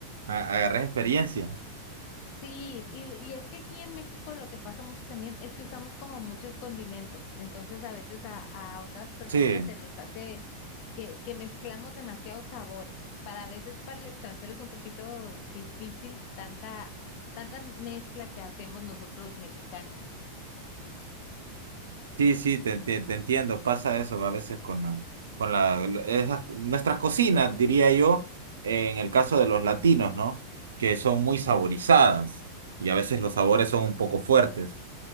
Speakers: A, on the right; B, on the left.
A: a- agarres experiencia.
B: Sí, y, y es que aquí en México lo que pasa mucho también es que usamos como muchos condimentos, entonces a veces a, a otras personas
A: Sí,
B: se les hace que, que mezclamos demasiados sabores. Para a veces para el extranjero es un poquito difícil tanta, tanta mezcla que hacemos nosotros los mexicanos.
A: sí, sí, te, te- te entiendo, pasa eso a veces con la, con la, lo- esas- nuestras cocinas, diría yo, en el caso de los latinos, ¿no? Que son muy saborizadas y a veces los sabores son un poco fuertes.